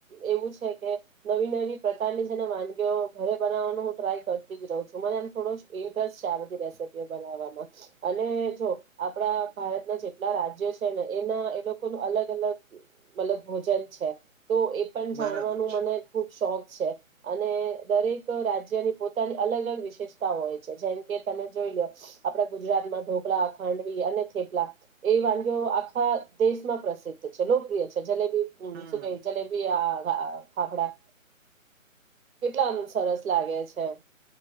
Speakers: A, on the right (about 75°); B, on the right (about 50°).
A: એવું છે કે નવી નવી પ્રકારની છે ને વાનગીઓ ઘરે બનાવવાનું હું ટ્રાય કરતી જ રહું છું મને આમ થોડો ઇન્ટરસ્ટ છે આ બધી રેસીપી બનાવવામાં અને જો આપડા ભારતના જેટલા રાજ્યો છે ને એના એ લોકોનું અલગ અલગ મતલબ ભોજન છે તો એ પન જાણવાનું
B: બરાબર છે
A: મને ખુબ શોખ છે. અને દરેક રાજ્યની પોતાની અલગ અલગ વિશેષતા હોય છે જેમ કે તમે જોઈ લો આપડા ગુજરાતમાં ઢોકલા ખાંડવી અને થેપલા એ વાનગી આખા દેશમાં પ્રસિદ્ધ છે લોકપ્રિય છે. સજ્જ લે હ
B: હમ
A: સુકે જલેબી આ હા ફાફડા કેટલામ સરસ લાગે છે.